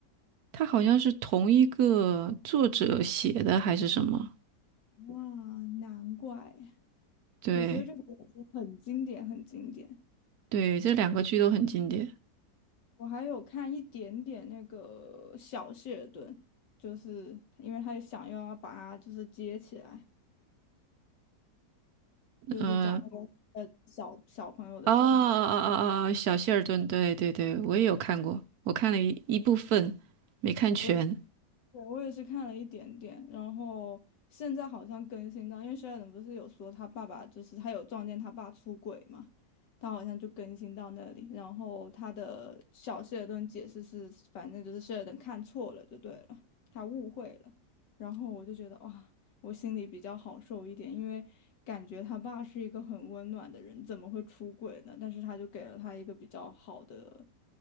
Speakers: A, on the right; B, on the left.
A: 他好像是同一个作者写的还是什么？
B: 哇，难怪！
A: 对
B: 我觉得这个很经典，很经典。
A: 对，这两个剧都很经典。
B: 我还有看一点点那个小谢尔顿，就是因为他想要把它就是接起来，就是讲那个呃小小朋友的生活。
A: 呃，哦哦哦哦哦，小谢尔顿，对对对，我也有看过，我看了一一部分，没看全。
B: 我对，我也是看了一点点，然后现在好像更新到，因为 s 尔 e 不是有说他爸爸就是他有撞见他爸出轨嘛，他好像就更新到那里，然后他的小谢尔顿解释是，反正就是 s 尔 e 看错了就对了，他误会了，然后我就觉得哇，我心里比较好受一点，因为感觉他爸是一个很温暖的人，怎么会出轨呢？但是他就给了他一个比较好的